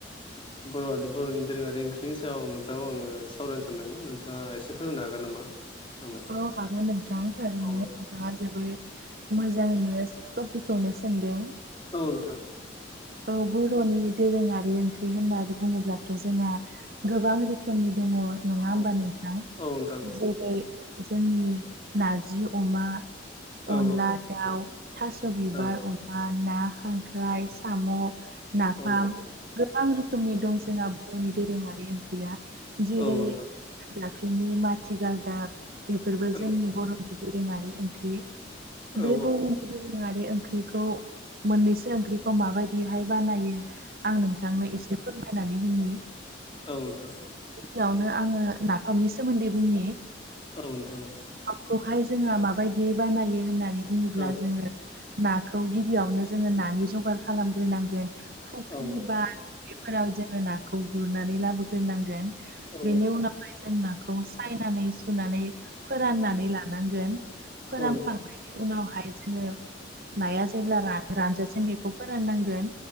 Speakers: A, on the left; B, on the right.
A: बर' बर'नि दोरोङारि ओंख्रिनि सायाव नोंथांनाव आङो सावरायनो सानदोंमोन नोंथाङा एसे फोरमायनो हागोन नामा? <unintelligible>
B: औ हागोन नोंथां थारैनो।
A: औ
B: नोंथाङा जोबो मोजाङैनो टपिकखौनो सोंदों।
A: औ नोंथां
B: औ बर'नि दोरोङारि ओंख्रि होननानै बुङोब्लाथ' जोंहा गोबां रोखोमनि दङ नङा
A: औ
B: होमबा नोंथां!
A: औ नोंथां
B: जेरै जोंनि नारजि अमा
A: औ
B: अनला दाउ थास' बिबार
A: औ
B: अमा ना खांख्राय साम' नाफाम
A: औ
B: गोबां रोखोमनि दं जोंहा बर'नि दोरोङारि ओंख्रिया जेरै-
A: औ नोंथां
B: दाफिनि माथि गालदाब बेफोरबो
A: औ
B: जोंनि बर' दोरोङारि ओंख्रि
A: औ
B: बे बर'नि दोरोङारि ओंख्रिखौ मोननैसो ओंख्रिखौ माबायदिहाय बानायो आं नोंथांनो एसे फोरमायनानै होनि
A: औ नोंथां
B: बेयावनो आङो नाामनि सोमोन्दै बुंनि
A: औ नोंथां औ
B: खौहाय जोंहा माबायदि बानायो होननानै बुङोब्ला
A: औ
B: जोङो नाखौ गिबियावनो जोङो नानि जगार खालामग्रोनांगोन फुख्रि
A: औ
B: बा फोराव जोङो नाखौ गुरनानै लाबोग्रोनांगोन
A: औ
B: बेनि उनावहाय जों नाखौ खौ सायनानै सुनानै फोराननानै लानांगोन फोरानखां
A: औ नोंथां औ
B: नायनि उनावहाय जोङो नाया जेब्ला रानजासिम बेखौ फोराननांगोन